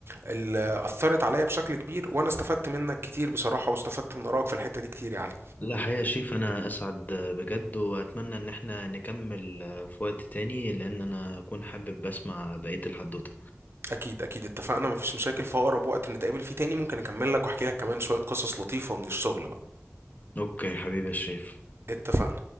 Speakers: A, on the right; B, on the left.
A: اللي اثرت عليا بشكل كبير وانا استفدت منك كتير بصراحة واستفدت من ارائك في الحتة دي كتير يا علي
B: لا حقيقة يا شيف أنا أسعد بجد وأتمنى إن احنا نكمل آه، في وقت تاني لأن أنا أكون حابب أسمع بقية الحدوتة
A: اكيد اكيد اتفقنا مفيش مشاكل في اقرب وقت نتقابل فيه تاني ممكن اكمل لك واحكي لك كمان شوية قصص لطيفة من الشغل بقى
B: أوكي حبيبي يا شريف
A: اتفقنا